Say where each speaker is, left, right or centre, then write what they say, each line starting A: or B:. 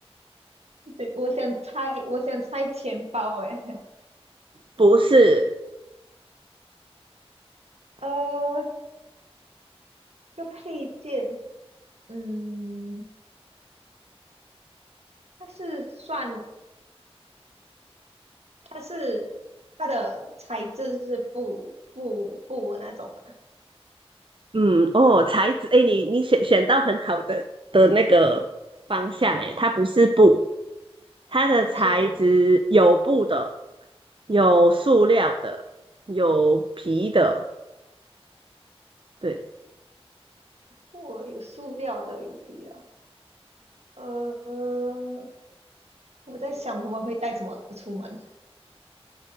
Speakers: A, on the right (about 80°); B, on the right (about 55°).
A: 对，我想猜，我想猜钱包，诶，<laughs>
B: 不是，
A: 呃，这个配件，嗯，它是算。它是它的材质是布布布那种的，
B: 嗯，哦，材质，哎，你你选选到很好的的那个方向，哎，它不是布，它的材质有布的，
A: 它不是布，
B: 有塑料的，有皮的，对，
A: 布有塑料的，有皮的。呃，我在想我们会带什么出门？